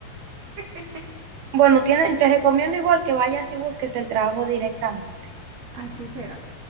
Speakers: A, on the right; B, on the right.
A: <laughs>
B: Bueno, tienen, te recomiendo igual que vayas y busques el trabajo directamente.
A: Así será.